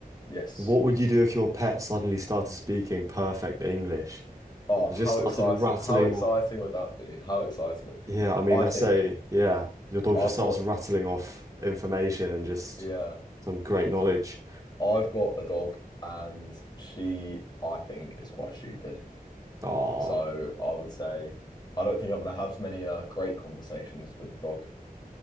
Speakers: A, on the left; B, on the right.
A: Yes,
B: What
A: yes.
B: would you do if your pet suddenly started speaking perfect English?
A: Oh,
B: Or
A: how
B: just started
A: exciting!
B: rattling
A: How exciting
B: off.
A: would that be? How exciting would
B: Yeah, I mean,
A: I
B: let's
A: think
B: say, yeah, your dog
A: I've
B: just starts
A: got
B: rattling off information and just
A: a yeah
B: some great knowledge.
A: I've got a dog and she I think is quite stupid.
B: Oh,
A: So I would say I don't think I'm going to have many uh, great conversations with the dog,